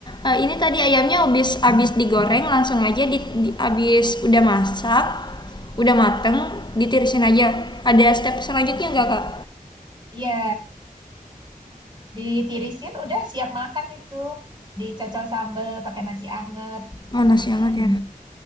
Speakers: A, on the left; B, on the right.
A: ah, ini tadi ayamnya habis habis digoreng langsung aja di, di habis udah masak, udah mateng, ditirisin aja. Ada step selanjutnya
B: Mhm.
A: nggak Kak?
B: Iya ditirisin udah siap makan itu dicocol sambel pakai nasi anget.
A: Panas
B: Hmm,
A: banget ya.